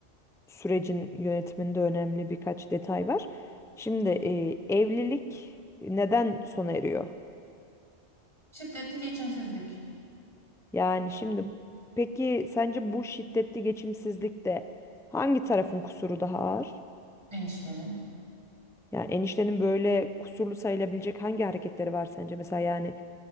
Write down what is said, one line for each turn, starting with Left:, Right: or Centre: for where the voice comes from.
Centre: sürecin yönetiminde önemli birkaç detay var. Şimdi e, evlilik neden sona eriyor?
Right: şiddetli geçimsizlik
Centre: Yani şimdi peki sence bu şiddetli geçimsizlikte hangi tarafın kusuru daha ağır?
Right: eniştemin.
Centre: Ya eniştenin böyle kusurlu sayılabilecek hangi hareketleri var sence? Mesela yani